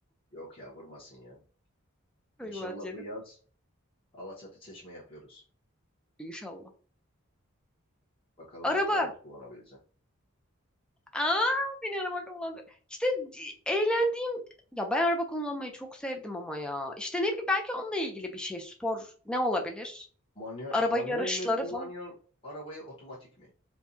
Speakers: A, on the left; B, in the centre.
A: Yok ya vurmasın ya. İnşallah
B: Buyurmaz canım.
A: bu yaz Alaçatı Çeşme yapıyoruz.
B: İnşallah.
A: Bakalım
B: Araba.
A: nasıl araç kullanabileceğim.
B: Aa, beni araba kullandı. İşte di- eğlendiğim ya ben araba kullanmayı çok sevdim ama ya. İşte ne bileyim belki onunla ilgili bir şey spor ne olabilir?
A: Manuel,
B: Araba
A: manuel
B: yarışları
A: mi kullanıyorsun
B: falan.
A: arabayı otomatik mi?